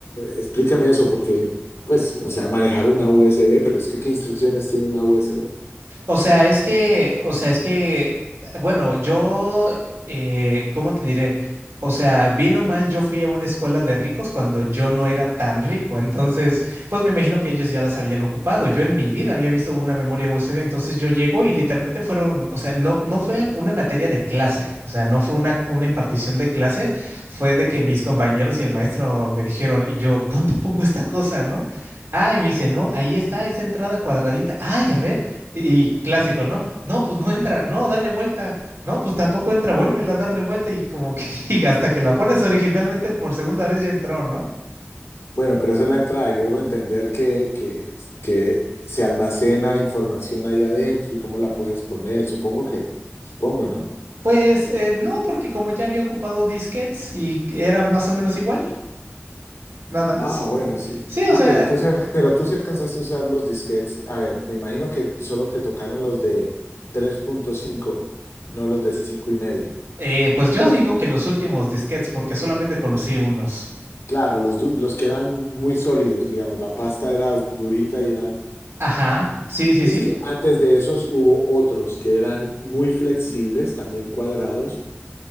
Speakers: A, on the left; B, on the right.
A: explícame eso porque, pues, o sea, manejar una USB, pero es que ¿qué instrucciones tiene una USB?
B: O sea, es que, o sea, es que, eh, bueno, yo, eh, ¿cómo te diré? O sea, bien o mal, yo fui a una escuela de ricos cuando yo no era tan rico. Entonces, pues me imagino que ellos ya las habían ocupado. Yo en mi vida había visto una memoria USB. Entonces yo llego y literalmente fueron, o sea, no, no fue al- una materia de clase. O sea, no fue una, una impartición de clase. Fue de que mis compañeros y el maestro me dijeron, y yo, ¿dónde pongo esta cosa, no? Ah, y me dice, no, ahí está esa entrada cuadradita. Ay, a ver. Y clásico, ¿no? No, pues no entra, no, dale vuelta, no, pues tampoco entra, vuélvela a darle vuelta y como que <laughs> y hasta que la pones originalmente por segunda vez ya entró, ¿no?
A: Bueno, pero esa es la entrada y luego entender que, que, que se almacena información ahí adentro y cómo la puedes poner, supongo que, supongo,
B: Pues eh, no, porque como ya había ocupado disquetes y era más o menos igual, nada más.
A: Ah, bueno, sí.
B: Sí,
A: Ah,
B: o sea,
A: pero tú sí, al- pero tú sí alcanzaste a usar los disquetes. A ver, me imagino que solo te tocaron los de tres punto cinco, no los de cinco y media.
B: eh, pues yo digo que los últimos disquetes porque solamente conocí unos.
A: Claro, los, du- los que eran muy sólidos, digamos, la pasta era durita y eran...
B: Ajá, sí, sí,
A: Es
B: sí,
A: que antes de esos hubo otros que eran muy flexibles, también cuadrados,